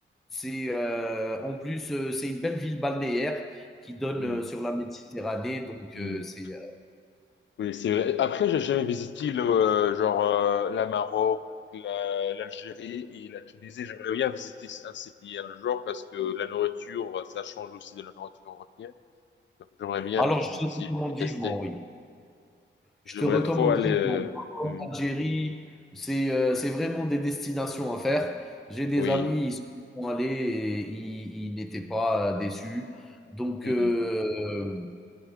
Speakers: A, in the centre; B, on the left (about 65°).
A: C'est euh, en plus euh, c'est une belle ville balnéaire qui donne
B: Hmm.
A: euh, sur la Méditerranée, donc
B: Hmm.
A: euh, c'est. euh,
B: Oui, c'est vrai. Après, j'ai jamais visité le, euh, genre euh, la Maroc, la- l'Algérie et la Tunisie. J'aimerais bien visiter un de ces pays un jour parce que la nourriture, ça change aussi de la nourriture européenne. Donc, j'aimerais bien
A: Alors
B: visiter
A: je te recommande
B: puis tester.
A: vivement, oui. Je
B: J'aimerais
A: te recommande
B: trop aller.
A: vivement
B: euh,
A: Maroc,
B: hmm,
A: Algérie, c'est euh, c'est vraiment des destinations à faire. J'ai des
B: oui.
A: amis, ils sont allés et ils, ils n'étaient pas euh, déçus. Donc,
B: Hmm.
A: euh,